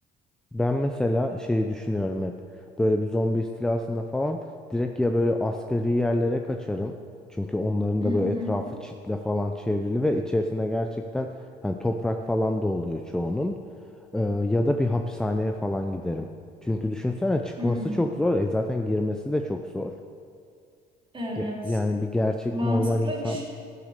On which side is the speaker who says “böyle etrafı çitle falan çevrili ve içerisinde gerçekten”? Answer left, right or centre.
Centre